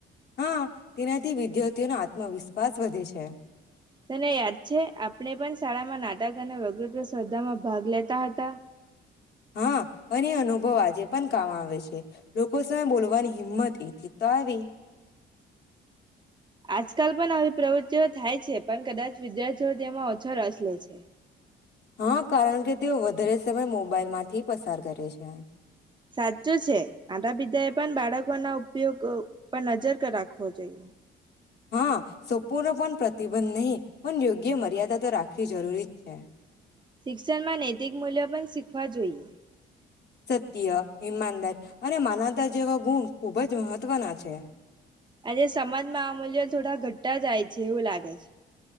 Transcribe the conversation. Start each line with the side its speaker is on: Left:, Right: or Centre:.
Left: હા, તેનાથી વિદ્યાર્થીઓનો આત્મવિશ્વાસ વધે છે.
Right: તને યાદ છે, આપણે પણ શાળામાં નાટક અને વકૃત્વ સ્પર્ધામાં ભાગ લેતા હતા.
Left: હા અને અનુભવ આજે પણ કામ આવે છે, લોકો સામે બોલવાની હિંમત એથી તો આવી.
Right: આજકાલ પણ આવી પ્રવૃત્તિઓ થાય છે, પણ કદાચ વિદ્યાર્થીઓ તેમાં ઓછો રસ લે છે.
Left: હા, કારણ કે તેઓ વધારે સમય મોબાઈલમાંથી પસાર કરે છે.
Right: સાચું છે. માતા, પિતા એ પણ બાળકોના ઉપયોગ પર નજર રાખવો જોઈએ.
Left: હા, સપૂર્ણ પણ પ્રતિબંધ નહીં પણ યોગ્ય મર્યાદા તો રાખવી જરૂરી જ છે.
Right: શિક્ષણમાં નૈતિક મૂલ્યો પણ શીખવા જોઈએ.
Left: સત્ય, ઈમાનદાર અને માનવદાર જેવા ગુણ ખૂબ જ મહત્ત્વના છે.
Right: અને સમાજમાં આ મૂલ્ય થોડા ઘટતા જાય છે, એવું લાગે છે.